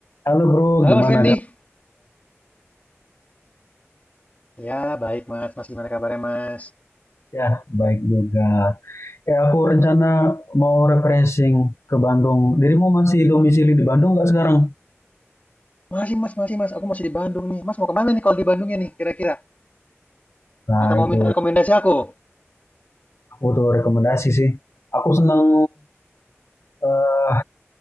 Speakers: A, on the left (about 70°); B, on the left (about 30°).
A: Halo bro,
B: Halo
A: gimana
B: Mas Randy.
A: kabar?
B: Ya, baik Mas. Mas gimana kabarnya Mas?
A: Ya, baik juga. Ya, aku rencana mau refreshing ke Bandung. Dirimu masih domisili di Bandung nggak sekarang?
B: Masih Mas, masih Mas. Aku masih di Bandung nih. Mas mau kemana nih kalau di Bandungnya nih kira-kira?
A: Nah,
B: Atau mau
A: itu
B: minta rekomendasi aku?
A: aku tuh rekomendasi sih. Aku senang eh,